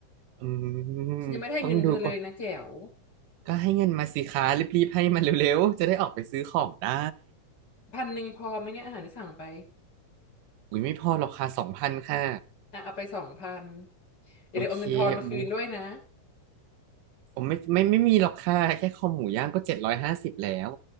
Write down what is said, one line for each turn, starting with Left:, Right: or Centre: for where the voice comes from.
Right: อืมต้องดูก่อน
Left: ฉันยังไม่ได้ให้เงินเธอเลยนะแจ๋ว
Right: ก็ให้เงินมาสิคะรีบๆให้มันเร็วๆจะได้ออกไปซื้อของได้
Left: พันหนึ่งพอไหมเนี่ยอาหารที่สั่งไป
Right: อุ้ยไม่พอหรอกค่ะสองพันค่ะ
Left: อ่ะเอาไปสองพันอย่าลืมเอาเงินทอนมาคืนด้วยนะ
Right: โอเคบูผมไม่ไม่ไม่มีหรอกค่ะแค่คอหมูย่างก็เจ็ดร้อยห้าสิบแล้ว